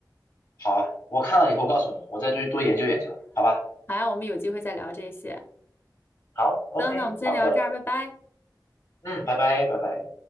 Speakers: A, on the left (about 55°); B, on the left (about 30°).
A: 好啊，我看了以后告诉你，我再多多研究研究，好吧？
B: 好呀，我们有机会再聊这些。
A: 好，OK，
B: 行，那我们先聊这儿，
A: 好的，
B: 拜拜。
A: 嗯，拜拜，拜拜。